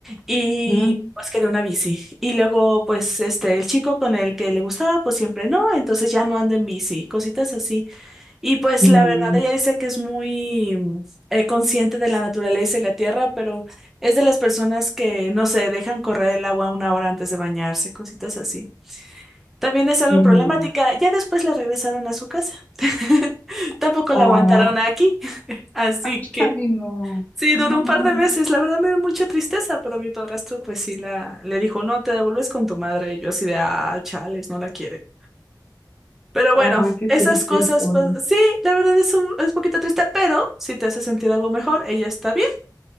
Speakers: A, in the centre; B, on the left.
A: y
B: ujú,
A: pues quería una bici. Y luego, pues, este, el chico con el que le gustaba, pues siempre no, entonces ya no anda en bici, cositas así. Y pues
B: mm,
A: la verdad, ella dice que es muy mm, eh, consciente de la naturaleza y la tierra, pero es de las personas que, no sé, dejan correr el agua una hora antes de bañarse, cositas así. También es algo
B: mm.
A: problemática. Ya después la regresaron a su casa. <laughs> Tampoco
B: Ah,
A: la aguantaron aquí. <laughs> Así
B: <laughs>
A: que
B: ay, no.
A: sí,
B: <laughs>
A: duró un par de meses. La verdad me dio mucha tristeza, pero mi padrastro pues sí la le dijo, no, te devuelves con tu madre. Y yo así de, ah, chales, no la quiere. Pero bueno,
B: Ay, qué
A: esas
B: triste
A: cosas,
B: historia.
A: pues sí, la verdad es un, es poquito triste, pero si te hace sentir algo mejor, ella está bien.